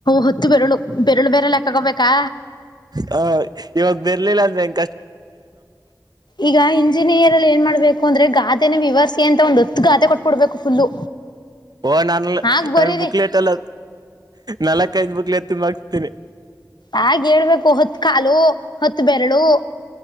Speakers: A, on the left; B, on the right.
A: ಹೊತ್ತು ಬೆರಳು ಬೆರಳು ಬೆರಳ ಹಾಕಬೇಕಾ
B: ಹ ಇವಾಗ ಬೇರ್ಲಿಲ್ಲ ಅಂದ್ರೆ ಹೆಂ
A: ಈಗ ಇಂಜಿನಿಯರ್ ಅಲ್ಲಿ ಏನ್ ಮಾಡ್ಬೇಕು <unintelligible> ಅಂದ್ರೆ ಗಾದೆನೆ ವಿವರಿಸಿ ಅಂತ ಒಂದು ಹತ್ತು ಗಾದೆ ಕೊಟ್ ಬಿಡಬೇಕು ಫುಲ್ಲು.
B: ಓ ನಾನ
A: ಆಗ್ ಬರೀರಿ
B: ನಾನ ಬುಕ್ಲೆಟ್ಲಲ್ಲ ನಾಲ್ಕ ಐದು ಬುಕ್ಲೆತ್ತ ತುಂಬಕ್ತಿನಿ.
A: ಹಾಗ ಹೇಳ್ಬೇಕು ಹತ್ ಕಾಲು ಹತ್ ಬೆರಳು.